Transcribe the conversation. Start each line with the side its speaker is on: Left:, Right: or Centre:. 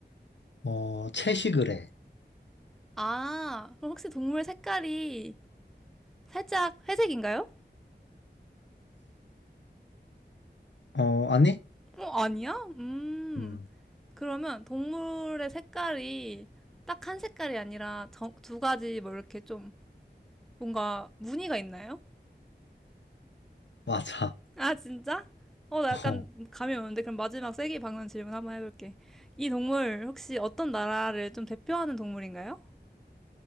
Left: 어, 채식을 해.
Centre: 아, 그럼 혹시 동물 색깔이 살짝 회색인가요?
Left: 어, 아니?
Centre: 어, 아니야? 음.
Left: 음,
Centre: 그러면 동물의 색깔이 딱 한 색깔이 아니라 정- 두 가지 뭐 이렇게 좀 뭔가 무늬가 있나요?
Left: 맞아.
Centre: 아, 진짜? 어, 나
Left: <laughs>
Centre: 약간
Left: 어.
Centre: 감이 오는데 그럼 마지막 세기 박는 질문 한번 해볼게. 이 동물 혹시 어떤 나라를 좀 대표하는 동물인가요?